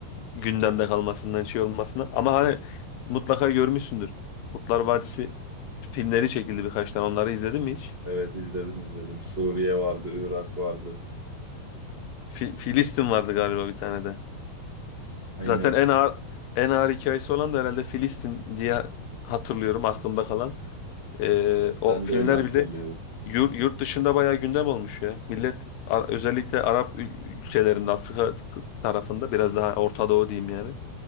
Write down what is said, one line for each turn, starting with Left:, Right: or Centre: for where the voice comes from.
Left: gündemde kalmasından şey olmasına. Ama hani mutlaka görmüşsündür. Kurtlar Vadisi filmleri çekildi birkaç tane. Onları izledin mi hiç?
Right: Evet izledim izledim. Suriye vardı, Irak vardı.
Left: Fi- Filistin vardı galiba bir tane de.
Right: Aynen.
Left: Zaten en ağır en ağır hikayesi olan da herhalde Filistin diye hatırlıyorum aklımda kalan. Ee, o
Right: Ben
Left: filmler
Right: de öyle hatırlıyorum.
Left: bile yurt, yurt dışında bayağı gündem olmuş ya. Millet Ar- özellikle Arap ül- ülkelerinde Afrika k- tarafında biraz daha Orta Doğu diyeyim yani.